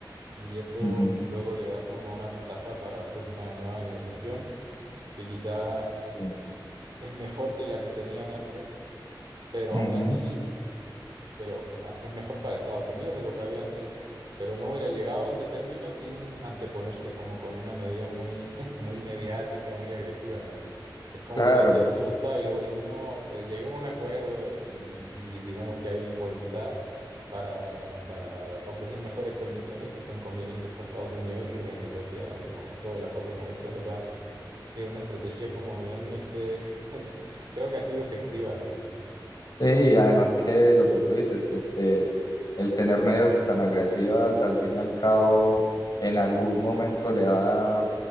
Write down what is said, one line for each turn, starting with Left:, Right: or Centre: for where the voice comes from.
Right: y eso
Left: Ujú,
Right: luego le da como una ventaja para hacer una nueva negociación que quizá
Left: sí.
Right: es mejor que la que tenían antes, pero
Left: Ujú,
Right: aún así pero, o sea, es mejor para Estados Unidos de lo que había antes, pero no hubiera llegado a ese término sin anteponerse como con una medida muy, <laughs> muy mediática, muy agresiva, ¿no? Es como
Left: Claro,
Right: que te asusta y luego dice, no, este, lleguemos a un acuerdo y, y digamos que hay voluntad para, para ofrecer mejores condiciones que son convenientes para Estados Unidos y renegocia, digamos, todo el acuerdo comercial. O sea, es una estrategia como bien, este, <laughs> creo que ha sido efectiva, ¿no?
Left: Sí, y además que lo que tú dices, este, el tener medidas tan agresivas, al fin y al cabo, en algún momento le va a dar